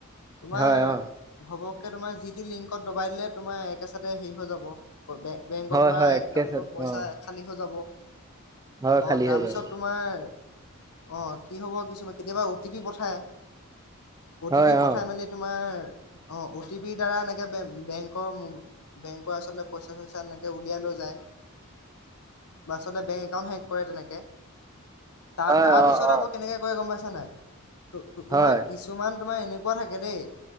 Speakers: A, on the left; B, on the right.
A: তোমাৰ
B: হয় অ'।
A: ঘপক। ত-তোমাৰ যি, তি লিংকত দবাই দিলে, তোমাৰ একে চাতে হেৰি হৈ যাব। বেংকৰ
B: হয়
A: পৰা
B: হয় একে
A: একাউণ্টৰ
B: চত
A: পইচা
B: অ'
A: খালী হৈ যাব।
B: হয়
A: অ,
B: খালী
A: তাৰপিছত
B: হৈ যাব
A: তোমাৰ? অ, কি হ'ব কিছুমান কেতিয়াবা অ' টি পি পঠাই। অ'টি
B: হয়
A: পি পঠাই
B: অ'।
A: মেলি তোমাৰ অ', অ' টি পিৰ দ্বাৰা এনেকে বেংকৰ, বেংকৰ আচলতে পইচা-চইচা এনেকে উলিয়াই লৈ যায় আচলতে বেংক একাউণ্ট হেক কৰে তেনেকে। ত,
B: হয়
A: তাৰ
B: অ'
A: পিছত
B: অ'
A: আকৌ কেনেকে কৰে গম পাইছ? চা নাই <inaudible> তোমাৰ
B: হয়
A: কিছুমান? তোমাৰ এনেকুৱা থাকে দেই।